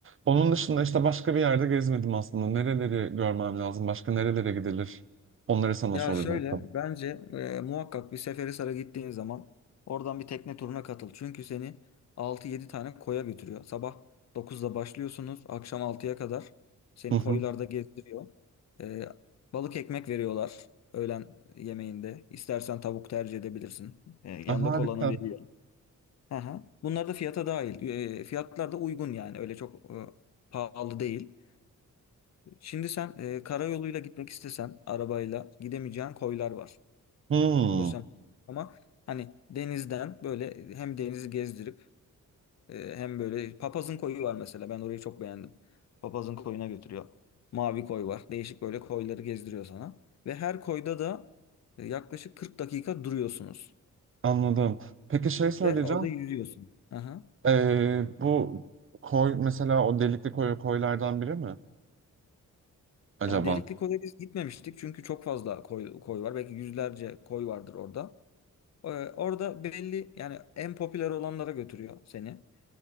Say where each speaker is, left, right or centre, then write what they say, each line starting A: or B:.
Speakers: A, on the right; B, on the left.
A: Onun dışında işte başka bir yerde gezmedim aslında. Nereleri görmem lazım? Başka nerelere gidilir? Onları sana
B: Ya
A: soracaktım.
B: şöyle bence e, muhakkak bir Seferihisar'a gittiğin zaman oradan bir tekne turuna katıl. Çünkü seni altı yedi tane koya götürüyor. Sabah dokuzda başlıyorsunuz akşam altıya kadar seni
A: Hı hı.
B: koylarda gezdiriyor. E, balık ekmek veriyorlar öğlen yemeğinde. İstersen tavuk tercih edebilirsin. E, yanında
A: Ay, harika.
B: kolanı veriyor. Aha. Bunlar da fiyata dahil. E, fiyatlar da uygun yani öyle çok e, pahalı değil. Şimdi sen e, karayoluyla gitmek istesen arabayla gidemeyeceğin koylar var
A: Hmm,
B: ulaşamam. Ama hani denizden böyle e, hem denizi gezdirip e, hem böyle papazın koyu var mesela. Ben orayı çok beğendim. Papazın koyuna götürüyor. Mavi koy var. Değişik böyle koyları gezdiriyor sana. Ve her koyda da e, yaklaşık 40 dakika duruyorsunuz.
A: anladım. Peki şey söyleyeceğim.
B: Ve orada yüzüyorsun. Aha.
A: Ee, bu koy mesela o Delikli Koy'a koylardan biri mi acaba?
B: Yani Delikli Koy'a biz gitmemiştik çünkü çok fazla koy, koy var. Belki yüzlerce koy vardır orada. Ee, orada belli yani en popüler olanlara götürüyor seni.